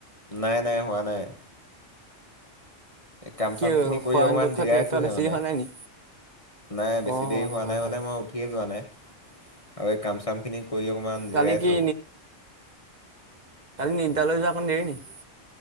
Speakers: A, on the left; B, on the right.
A: নাই নাই হোৱা নাই। কাম
B: কি
A: চাম খিনি কৰি
B: শয়ন
A: অকমান
B: কক্ষত
A: জিৰাইছোহে
B: ইয়াতকৈ বেছি
A: মানে।
B: হোৱা নাই নি
A: নাই বেছি
B: অ
A: দেৰি হোৱা
B: হয়
A: নাই,
B: হয়
A: মানে মই উঠিয়ে যোৱা নাই। আৰু এই কাম-চাম খিনি কৰি অকমান
B: কালি
A: জৰাইছো।
B: কি নিদ দালৈ যোৱা অকন দেৰি নেকি?